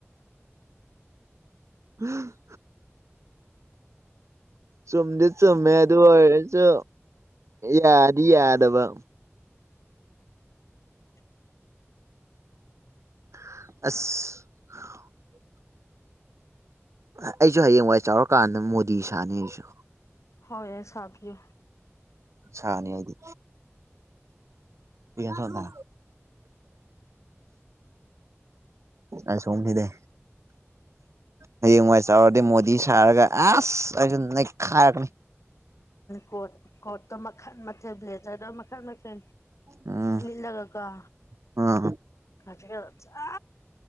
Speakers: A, on the right; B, on the left.
A: ꯎꯝ ꯆꯗꯤ ꯆꯃꯦ ꯑꯗꯨ ꯍꯔꯦꯁꯨ ꯌꯥꯗ ꯌꯥꯗꯕ
B: <unintelligible>
A: ꯑꯁ ꯑꯩꯁꯨ ꯍꯌꯦꯡꯋꯥꯏ ꯆꯥꯎꯔꯀꯥꯟꯗ ꯃꯣꯗꯤ ꯁꯥꯅꯤ ꯑꯩꯁꯨ
B: ꯍꯣꯏ ꯑꯦꯁꯐꯖꯣ
A: ꯁꯥꯅꯤ ꯑꯩꯗꯤ ꯀꯁꯗ ꯑ ꯁꯣꯝꯊꯗꯦ ꯍꯌꯦꯡꯋꯥꯏ ꯆꯥꯎꯔꯗꯤ ꯃꯣꯗꯤ ꯁꯥꯔꯒ ꯑꯁ ꯑꯩꯁꯨ ꯅꯦꯛ ꯈꯥꯏꯔꯛꯀꯅꯤ
B: ꯀꯣꯔꯣꯠ ꯀꯣꯔꯠꯇ ꯃꯈꯜ ꯃꯊꯦꯜ ꯕ꯭ꯂꯦꯗꯔꯗ ꯃꯈꯜ ꯃꯈ
A: ꯎꯝ
B: ꯜꯗꯒꯀ
A: ꯎꯝ
B: ꯈ ꯑ